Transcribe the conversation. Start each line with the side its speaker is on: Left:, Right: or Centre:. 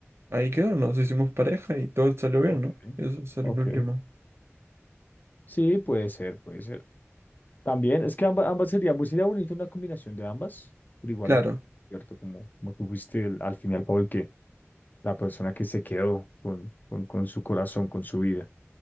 Right: ahí quedó, nos hicimos pareja y todo salió bien,
Left: Ok,
Right: ¿no? Eso será
Left: ok.
Right: el último.
Left: Sí, puede ser, puede ser. También, es que ambas, ambas serían, pues sería bonito una combinación de ambas, pero igual
Right: Claro.
Left: lo que, cierto, como, como tú fuiste el- al final, Paul, la persona que se quedó con, con, con su corazón, con su vida.